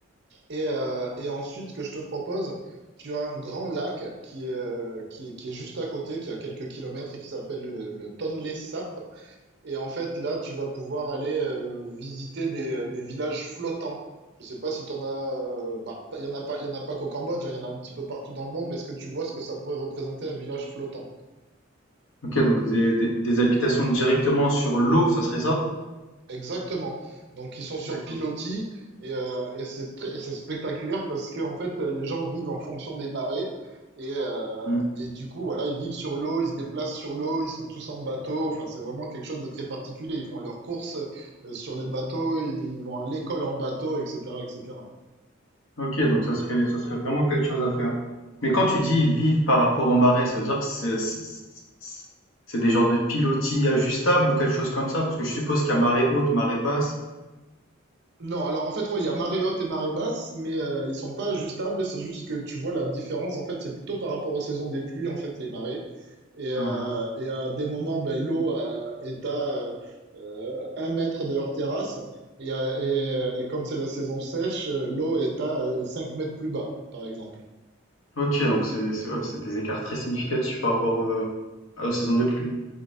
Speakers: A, on the right; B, on the left.
A: Et, euh, et ensuite, ce que je te propose, tu as un grand lac qui est, euh, qui est, qui est juste à côté, qui est à quelques kilomètres et qui s'appelle le, le Tonle Sap. Et en fait, là, tu vas pouvoir aller euh, visiter des, euh, des villages flottants. Je sais pas si tu en as. euh, bah, pas- il y en a pas, il y en a pas qu'au Cambodge, hein, il y en a un petit peu partout dans le monde, mais est-ce que tu vois ce que ça pourrait représenter un village flottant?
B: Ok, donc des, des, des habitations directement sur l'eau, ça serait ça?
A: Exactement. Donc ils sont sur
B: D'accord.
A: pilotis et, euh, et c'est très- et c'est spectaculaire parce que en fait euh, les gens vivent en fonction des marées et, euh,
B: Mm.
A: et du coup voilà ils vivent sur l'eau, ils se déplacent sur l'eau, ils sont tous en bateau. Enfin c'est vraiment quelque chose de très particulier. Ils font leurs courses euh, sur les bateaux, ils vont à l'école en bateau, etc., etc.
B: Ok, donc ça serait, ça serait vraiment quelque chose à faire. Mais quand tu dis vivre par rapport aux marées, ça veut dire que c'est, c'est c'est- c'est des genres de pilotis ajustables ou quelque chose comme ça? Parce que je suppose qu'il y a marée haute, marée basse.
A: Non, alors en fait, ouais, il y a marée haute et marée basse, mais euh, ils sont pas ajustables, c'est juste que tu vois la différence, en fait, c'est plutôt par rapport aux saisons des pluies, en fait, les marées. Et, euh,
B: Hein, hein.
A: et à des moments, ben, l'eau euh, est à euh, un mètre de leur terrasse. Et, euh, et, euh, et quand c'est la saison sèche, euh, l'eau est à euh, 5 mètres plus bas, par exemple.
B: OK, donc c'est c'est ouais, c'est des écarts très significatifs par rapport, heu, aux saisons des pluies.